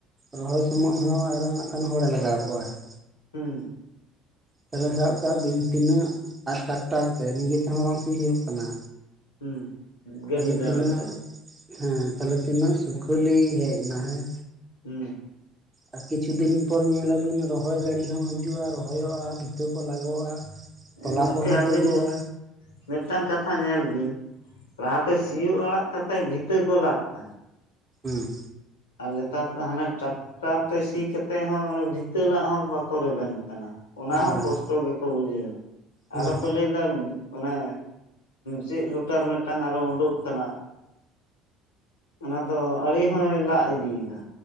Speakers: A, on the right; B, on the left.
A: ᱨᱚᱦᱚᱭ ᱥᱚᱢᱚᱡ ᱦᱚᱸ ᱟᱨᱚ ᱱᱟᱜ ᱠᱷᱟᱱ ᱦᱚᱲᱮ ᱞᱟᱜᱟᱣ ᱠᱚᱣᱟᱭ ᱾
B: ᱦᱩᱸ ᱾
A: ᱛᱟᱦᱞᱮ ᱥᱟᱵ ᱠᱟᱜ ᱵᱤᱱ ᱛᱤᱱᱟᱹᱜ ᱟᱨ ᱴᱟᱠᱴᱟᱨ ᱠᱚᱛᱮ ᱱᱤᱡᱮ ᱛᱮᱦᱚᱸ ᱵᱟᱝ ᱥᱤ ᱦᱩᱭᱩᱜ ᱠᱟᱱᱟ᱾
B: ᱦᱩᱸ ᱜᱟᱹᱰᱤ
A: ᱛᱟᱦᱚᱞᱮ
B: ᱫᱟᱨᱟᱭ
A: ᱛᱤᱱᱟᱹᱜ
B: ᱛᱮ
A: ᱦᱮᱸ ᱛᱟᱦᱚᱞᱮ ᱛᱤᱱᱟᱹᱜ ᱥᱩᱠᱷᱟᱹᱞᱤ ᱦᱮᱡ ᱮᱱᱟ ᱦᱮᱸ!
B: ᱦᱩᱸ ᱾
A: ᱟᱨ ᱠᱤᱪᱷᱩ ᱫᱤᱱ ᱯᱚᱨ ᱧᱮᱞᱟᱵᱤᱱ ᱨᱚᱦᱚᱭ ᱜᱟᱹᱲᱤ ᱦᱚᱸ ᱦᱤᱡᱩᱜᱼᱟ, ᱨᱚᱦᱚᱭᱚᱜᱼᱟ, ᱵᱷᱤᱛᱟᱹ ᱠᱚ ᱞᱟᱜᱟᱣᱟ, ᱛᱚᱞᱟ
B: ᱜᱚᱝᱠᱮ
A: ᱠᱚᱦᱚᱸ
B: ᱟᱵᱤᱱ
A: ᱛᱳᱫᱳᱜᱼᱟ᱾
B: ᱢᱤᱫᱴᱟᱝ ᱠᱟᱛᱷᱟ ᱧᱮᱞ ᱵᱤᱱ ᱞᱟᱦᱟᱛᱮ ᱥᱤᱭᱳᱜ ᱟᱲᱟᱜ ᱠᱟᱛᱮᱜ ᱵᱷᱤᱛᱟᱹ ᱠᱚ ᱞᱟᱜ ᱛᱟᱦᱮᱸᱫ᱾
A: ᱦᱮᱸ ᱾
B: ᱟᱨ ᱞᱮᱛᱟᱨ ᱫᱚ ᱦᱟᱱᱮ ᱴᱟᱠᱴᱟᱨ ᱛᱮ ᱥᱤ ᱠᱟᱛᱮᱫ ᱦᱚᱸ ᱚᱱᱮ ᱵᱷᱤᱛᱟᱹ ᱞᱟᱜ ᱦᱚᱸ ᱵᱟᱠᱚ ᱨᱮᱵᱮᱱ ᱠᱟᱱᱟ᱾ ᱚᱱᱟ ᱦᱚᱸ
A: ᱵᱟᱝ
B: ᱠᱚᱥᱴᱚ ᱜᱮᱠᱚ ᱵᱩᱡᱷᱟᱹᱣ ᱫᱟ,
A: ᱦᱮᱸ
B: ᱟᱨᱚ ᱠᱚ ᱞᱟᱹᱭ ᱫᱟ ᱚᱱᱮ ᱪᱮᱫ ᱞᱚᱴᱟᱨ ᱢᱤᱫᱴᱟᱝ ᱟᱨᱚ ᱳᱸᱰᱳᱜ ᱠᱟᱱᱟ! ᱚᱱᱟ ᱫᱚ ᱟᱲᱮ ᱦᱚᱸᱭ ᱞᱟᱜ ᱤᱫᱤᱭᱮᱫᱟ᱾